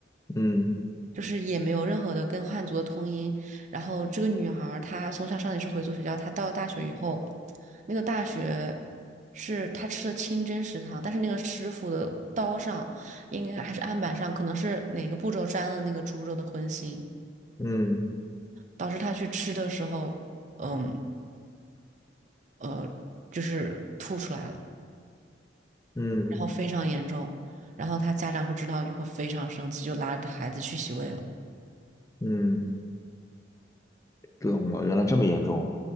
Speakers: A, on the left; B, on the right.
A: 嗯
B: 就是也没有任何的跟汉族的通音。然后这个女孩儿她从小上的也是回族学校，她到了大学以后，那个大学是她吃的清真食堂，但是那个师傅的刀上应该还是案板上，可能是哪个步骤沾了那个猪肉的荤腥，
A: 嗯
B: 导致她去吃的时候，嗯呃，就是吐出来了，
A: 嗯
B: 然后非常严重。然后她家长就知道就会非常生气，就拉着孩子去洗胃了。
A: 嗯，懂了，原来这么严重。